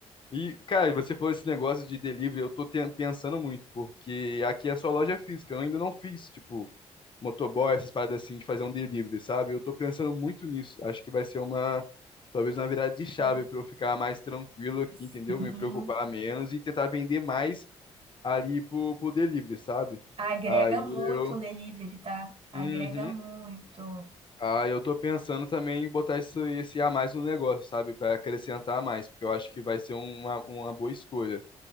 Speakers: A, on the left (about 35°); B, on the right (about 40°).
A: E, cara, você falou esse negócio de delivery, eu tô ten- pensando muito, porque aqui é só loja física, eu ainda não fiz, tipo, motoboy, essas paradas assim, de fazer um delivery, sabe? Eu tô pensando muito nisso. Acho que vai ser uma, talvez
B: poxa,
A: uma virada de chave pra eu ficar mais tranquilo aqui,
B: sim,
A: entendeu? Me preocupar menos e tentar vender mais ali pro, pro delivery, sabe?
B: agrega
A: Aí
B: muito
A: eu.
B: um delivery, tá? Agrega
A: Uhum,
B: muito.
A: Ah, eu tô pensando também em botar isso, esse a mais no negócio, sabe? para acrescentar mais, porque eu acho que vai ser uma, uma boa escolha.